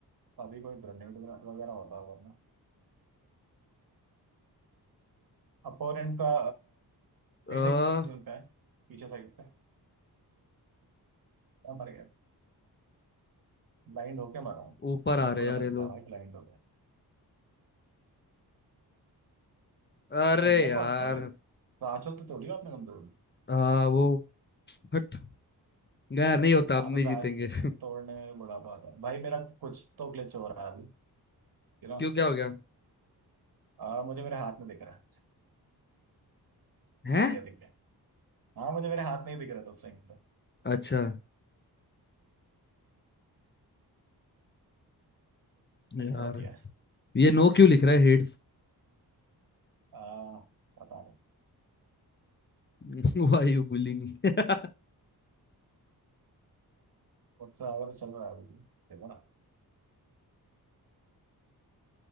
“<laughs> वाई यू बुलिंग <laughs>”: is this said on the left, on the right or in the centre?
Left